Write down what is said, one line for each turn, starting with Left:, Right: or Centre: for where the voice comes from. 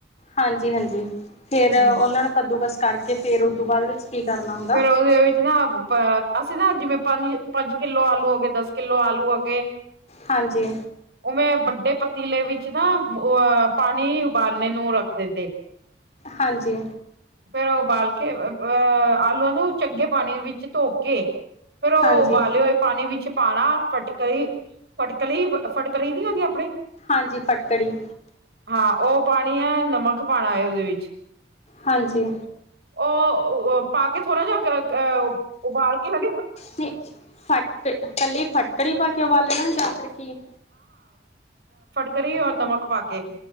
Left: ਹਾਂਜੀ ਹਾਂਜੀ ਫੇਰ
Right: ਹੂੰ।
Left: ਉਹਨਾ ਨੂੰ ਕੱਦੂ ਕਸ ਕਰਕੇ ਫੇਰ ਉਹਦੋਂ ਬਾਅਦ ਵਿੱਚ ਕੀ ਕਰਨਾ ਹੁੰਦਾ
Right: ਫੇਰ ਉਹਦੇ ਵਿੱਚ ਨਾ, ਅ ਅਸੀਂ ਨਾ ਜਿਵੇਂ, ਪੰਜ-ਪੰਜ ਕਿੱਲੋ ਆਲੂ ਹੋ ਗਏ, ਦਸ ਕਿੱਲੋ ਆਲੂ ਹੋ ਗਏ।
Left: ਹਾਂਜੀ
Right: ਉਹ, ਮੈਂ ਵੱਡੇ ਪ ਤਿੱਲੇ ਵਿੱਚ ਨਾ ਅ ਪਾਣੀ ਉਬਾਲਨੇ ਨੂੰ ਰੱਖ ਦਿੰਦੇ
Left: ਹਾਂਜੀ
Right: ਫੇਰ ਉਹ ੳਬਾਲ ਕੇ ਅ ਨੂੰ, ਚੰਗੇ ਪਾਣੀ ਵਿੱਚ ਧੋਕੇ, ਫੇਰ ਉਹ
Left: ਹਾਂਜੀ
Right: ਉਬਾਲੇ ਹੋਏ ਪਾਣੀ ਵਿੱਚ ਪਾਣਾ ਫਟਕਲੀ, ਫਟਕਲੀ, ਫਟਕਰੀ ਨਹੀਂ ਹੂੰਦੀ ਆਪਣੀ
Left: ਹਾਂਜੀ, ਫਟਕੜੀ।
Right: ਹਾਂ, ਉਹ ਪਾਣੀ ਹੈ ਨਮਕ ਪਾਣਾ ਹੈ, ਉਹਦੇ ਵਿੱਚ।
Left: ਹਾਂਜੀ।
Right: ਉਹ ਪਾਕੇ ਥੋਰਾ ਜਿਹਾ ਅਹ ਉਬਾਲ ਇਹਨਾਂ
Left: ਕਿ, ਪਹਿਲੇ ਫਟਕੜੀ ਪਾਕੇ ਉਬਾਲਨਾ ਜਾਂ ਫੇਰ, ਕੀ
Right: ਕਰਰੀ ਔਰ ਨਮਕ ਪਾਕੇ